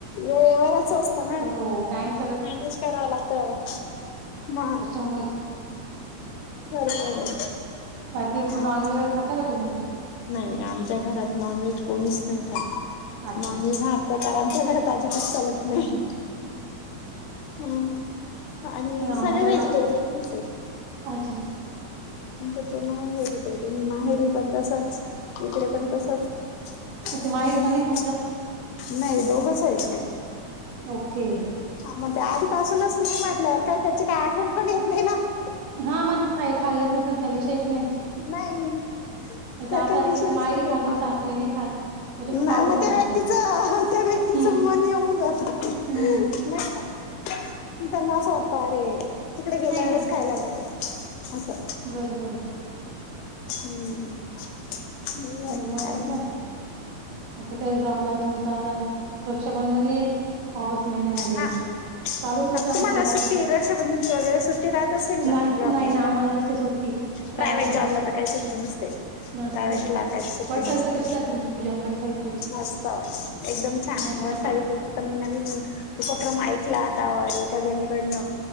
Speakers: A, on the left; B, on the right.
A: वेळेवरच असतं ना,
B: ाम
A: मॅनेज करावा लागत मग
B: जम्ईत
A: बर बर
B: बाकी मग
A: हा
B: नॉनव्हेज वगैरे खाता का तु्ही
A: नाही आमच्या घरात नॉनव्हेज कोणीच नाही खात
B: अच्छा
A: नॉनव्हेज
B: अच्छा
A: हा प्रकार आमच्या घरात अजिबात चालत नाही ह आणि
B: म्हणजे आमच्याकडे
A: सगळे व्हेजिटेरियन
B: लागतं
A: आहे
B: अच्छा अच्छा
A: अच्या पूर्ण तुम्ही माहेडी पण तसाच इकडे पण तसाचुम्हाला
B: अच्छा माहेरी पण नाही खात का
A: नाही दोघंच आहेत नाही
B: ओके
A: ह मग त्या आधीपासूनच नाही म्हटलंवर काय त्याची काही आठवण पण येत नाही ना हा
B: हा मग ते खाई खाल्लंच नसेल तर विषयच नाहीच
A: नाही
B: नाही
A: त्या
B: तर असं
A: काही विषयच
B: असलं की माहेरी
A: नाहीत
B: खातो
A: नॉनवहेज
B: आणि सासरी नाही खात ते खूप
A: ना
B: अवघड
A: मग
B: होऊन
A: त्या
B: जातं
A: व्यक्तीच त्या व्यक्तीचं
B: हम्म
A: मन येऊन जात
B: हम्म
A: नाही का त्यांना स्वपा रे तिकडे गेल्यावरच
B: नाही नाही
A: खायला भेटे असं
B: बरोबर आहे
A: हम्म हो अच्छा
B: बघू आता
A: म
B: काय आता काय ज आपला तुमच आता रक्षाबंधन येईल ऑगस्ट महिन्यामध्ये
A: हा
B: चालू होतील
A: हा
B: सण
A: तुम्हाला
B: सुद्धा
A: सुट्टी रक्षाबंधनची वगैरे सुट्टी राहत असेल ना
B: नास
A: जॉब
B: नाही
A: वगैरे
B: ना आम्हाला नसते सुट्टी. प्रायव्हेट
A: प्रायवहेट
B: वाल्यांना
A: जॉबला तर काही सुट्टी नसते
B: नसते
A: प्रायवहेटला
B: ना.
A: काही सुट्टी
B: वट सावित्री
A: नसते
B: कशी झाली तुमची पूजा वट सावित्रीची?
A: मस्त एकदम छान
B: मस्त.
A: वसावी मी नवीन उपक्रम ऐकला आता एका जणीकडन